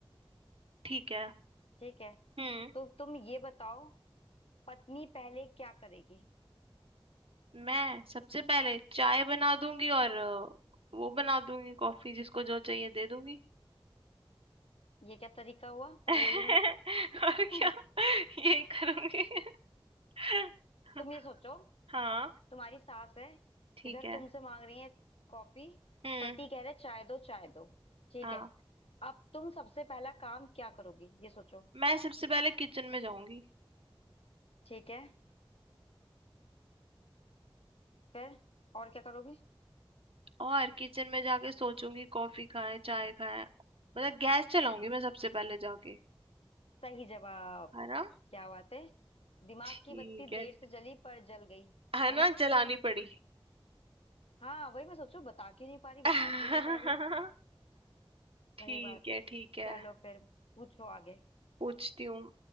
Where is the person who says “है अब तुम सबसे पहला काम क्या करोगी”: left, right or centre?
Left